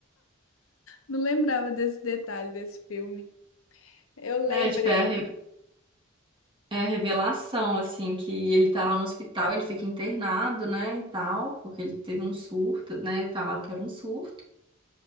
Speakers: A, on the left; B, on the right.
A: Não lembrava desse detalhe desse filme. Eu lembrei.
B: É, tipo, é a, re- é a revelação, assim, que ele tá lá no hospital, ele fica internado, né, e tal, porque ele teve um surto, né, falaram que era um surto.